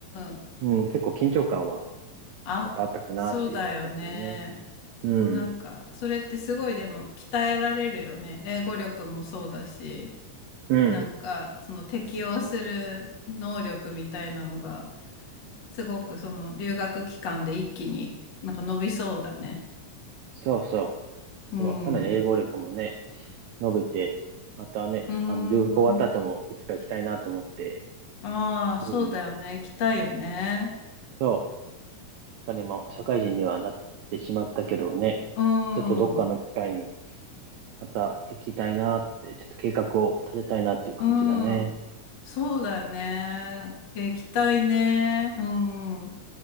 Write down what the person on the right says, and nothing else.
うん、結構緊張感は
やっぱあったかなっていう気がするね。
うん、
うん、
そうそ
う。はかなり英語力もね、
伸びて、またね、
あの、留学終わった後もいつか行きたいなと思って、
うん。
そう。だから今、社会人にはなってしまったけどね、
ちょっとどっかの機会にまた行きたいなって、ちょっと計画を立てたいなっていう感じだね。